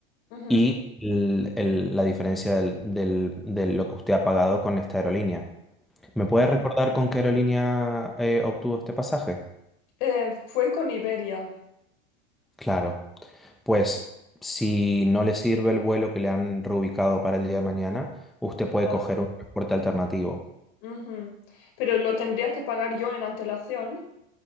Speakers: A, on the left; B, in the centre.
A: Ujú,
B: y el- el- la diferencia del- del- de lo que usted ha pagado con esta aerolínea. ¿Me
A: ujú.
B: puede recordar con qué aerolínea eh, obtuvo este pasaje?
A: Eh, fue con Iberia.
B: Claro. Pues si no le sirve el vuelo que le han reubicado para el día de mañana, usted puede
A: Ah,
B: coger un transporte alternativo.
A: ujú. Pero lo tendría que pagar yo en antelación.